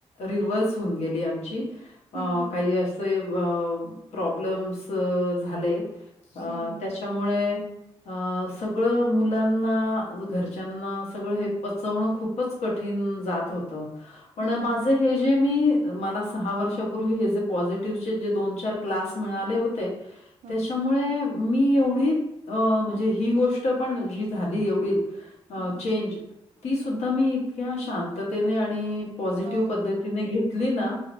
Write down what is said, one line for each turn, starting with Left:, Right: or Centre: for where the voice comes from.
Left: रिव्हर्स होऊन गेली आमची. अ
Right: हम्म
Left: काही असे प्रॉब्लेम्स झाले. अ
Right: हम्म
Left: त्याच्यामुळे अ सगळं मुलांना घरच्यांना सगळं हे पचवणं खूप खूपच कठीण जात होत. पण
Right: हम्म
Left: माझ हे जे मी मला सहा वर्षापूर्वी हे जे पॉझिटिव्हचे जे दोन चार क्लास मिळाले होते.
Right: हम्म
Left: त्याच्या मी एवढी म्हणजे ही गोष्ट पण जी झाली एवढी अ
Right: हम्म
Left: चेंज ती सुद्धा मी इतक्या शांततेने आणि पॉझिटिव्ह
Right: ह ह
Left: पद्धतीने घेतली ना,